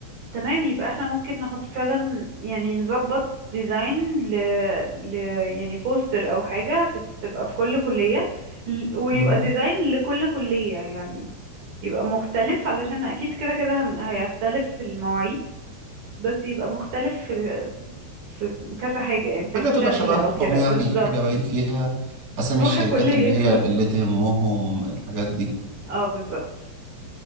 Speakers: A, on the right; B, on the right.
A: تمام يبقى احنا ممكن نحط فعلا يعني نظبط ديزاين ل... ل... يعني بوستر او حاجة تت- تبقى في كل كلية ل- ويبقى
B: مم.
A: ديزاين لكل كلية يعني يبقى مختلف علشان اكيد كده كده هن- هيختلف في المواعيد بس يبقى مختلف في في كذا حاجة يعني في
B: حاجة
A: الشكل
B: تبقى شبههم
A: او كده
B: يعني
A: بالظبط
B: حاجة باين فيها أسامي
A: روح
B: الشركات
A: الكلية
B: اللي هي
A: <laughs>
B: اللي تهمهم الحاجات دي
A: اه بالظبط